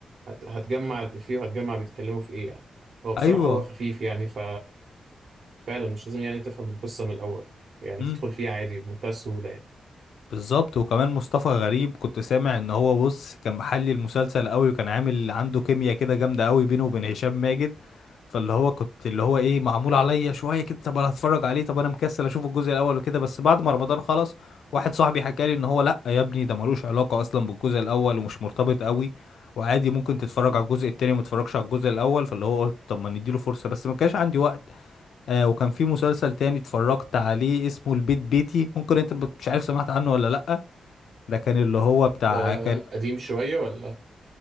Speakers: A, on the right; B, on the left.
A: هت- هتجمع الافيه وهتجمع بيتكلموا في ايه يعني هو بصراحه
B: ايوه
A: هو خفيف يعني ف فعلا مش لازم يعني تفهم القصة من الأول يعني
B: امم.
A: تدخل فيه عادي بمنتهى السهولة يعني
B: بالظبط وكمان مصطفى غريب كنت سامع ان هو بص كان محلي المسلسل قوي وكان عامل عنده كيمياء كده جامده قوي بينه وبين هشام ماجد فاللي هو كنت اللي هو ايه معمول عليا شويه كده طب انا هتفرج عليه طب انا مكسل اشوف الجزء الاول وكده بس بعد ما رمضان خلص واحد صاحبي حكى لي ان هو لا يا ابني ده ملوش علاقه اصلا بالجزء الاول ومش مرتبط قوي وعادي ممكن تتفرج على الجزء التاني وما تتفرجش على الجزء الاول فاللي هو قلت طب ما نديله فرصه بس ما كانش عندي وقت آه وكان في مسلسل تاني اتفرجت عليه اسمه البيت بيتي ممكن انت بت- مش عارف سمعت عنه ولا لا ده كان اللي هو بتاع
A: ده
B: كر...
A: قديم شوية ولا